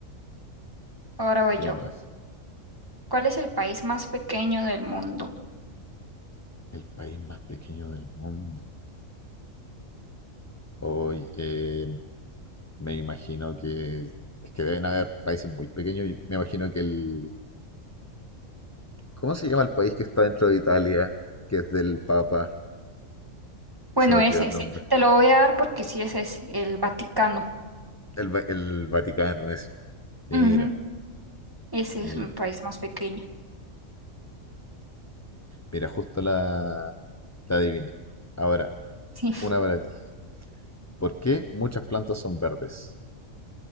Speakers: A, on the right; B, on the left.
A: Ahora voy
B: ¿qué
A: yo.
B: más?
A: ¿Cuál es el país más pequeño del mundo?
B: El país más pequeño del mundo. Hoy, eh, Me imagino que es que deben haber países muy pequeños. y Me imagino que el... ¿Cómo se llama el país que está dentro de Italia? Que es del Papa.
A: Bueno,
B: Se me olvidó
A: es
B: el
A: ese.
B: nombre.
A: Te lo voy a dar porque sí ese es ese, el Vaticano.
B: El, Va- el Vaticano ese. Mira,
A: Ujú, Ese
B: mira.
A: es un país más pequeño. <laughs>
B: Mira, justo la, la adiviné. Ahora,
A: Sí.
B: una para ti. ¿Por qué muchas plantas son verdes?